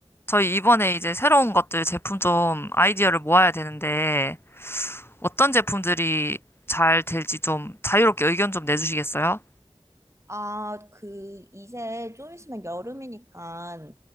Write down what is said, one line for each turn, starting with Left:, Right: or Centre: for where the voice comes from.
Left: 저희 이번에 이제 새로운 것들 제품 좀 아이디어를 모아야 되는데 어떤 제품들이 잘 될지 좀 자유롭게 의견 좀 내주시겠어요?
Right: 아, 그, 이제 좀 있으면 여름이니까